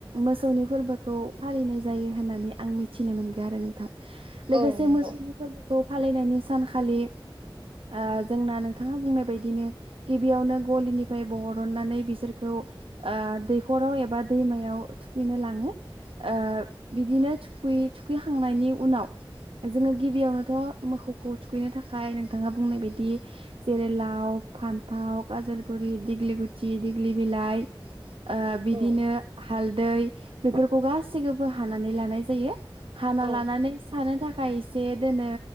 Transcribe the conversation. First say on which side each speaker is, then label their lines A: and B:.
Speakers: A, on the right; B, on the right.
A: मोसौनि फोरबोखौ फालिनाय जायो होननानै आं मिथिनो मोनगोन आरो नोंथां लोगोसे
B: औ नंगौ
A: मोसौनि फोरबो खौ फालिनायनि सानखालि ओ जोंना नोंथाङा बुंनाय बदिनो गिबियावनो गलिनिफ्राय बहरननानै बिसोरखौ ओ दैखराव एबा दैमायाव थुखैनो लाङो ओ बिदिनो थुखै थुखैखांनायनि उनाव जोङो गिबियावनोथ मोसौखौ थुखैनो थाखाय नोंथाङा बुंनाय बदि जेरै लाव फान्थाव काजालगुरि दिग्लिगुथि दिग्लि बिलाइ ओ बिदिनो
B: औ
A: हा हालदै बेफोरखौ गासैखौबो हानानै लानाय जायो हाना
B: औ
A: लानानै सानो थाखा खायसे दोनो